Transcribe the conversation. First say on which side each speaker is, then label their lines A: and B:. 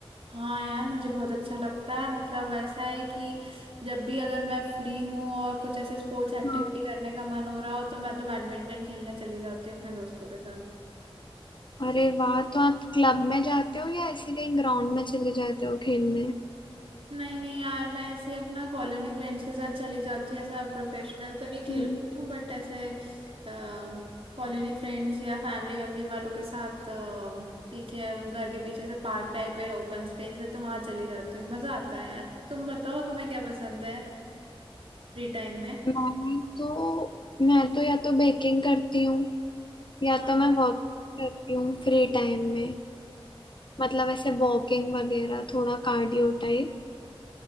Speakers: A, on the right; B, on the left.
A: हाँ यार मुझे बहुत अच्छा लगता है मतलब ऐसा है कि जब भी अगर मैं फ्री हूँ और कुछ ऐसे स्पोर्ट्स एक्टिविटी
B: हाँ
A: करने का मन हो रहा हो तो मैं तो बैडमिंटन खेलने चली जाती हूँ अपने दोस्तों के साथ
B: अरे वाह तो आप क्लब में जाते हो या ऐसे कहीं ग्राउंड में चले जाते हो खेलने
A: नहीं नहीं यार मैं ऐसे ही अपना कॉलोनी फ्रेंड्स के साथ चली जाती हूँ ऐसा प्रोफेशनल तो नहीं खेल
B: हम्म,
A: रही हूँ बट ऐसे कॉलोनी फ्रेंड्स या फैमिली वैमिली वालों के साथ अ, पीछे घर के पीछे से पार्क टाइप है ओपन स्पेस है तो वहां चली जाती हूँ मजा आता है यार तुम बताओ तुम्हें क्या पसंद है फ्री टाइम में
B: मैं तो मैं तो या तो बेकिंग करती हूँ या
A: हाँ
B: तो मैं वॉक करती हूँ फ्री टाइम में मतलब ऐसे वॉकिंग वगैरह थोड़ा कार्डियो टाइप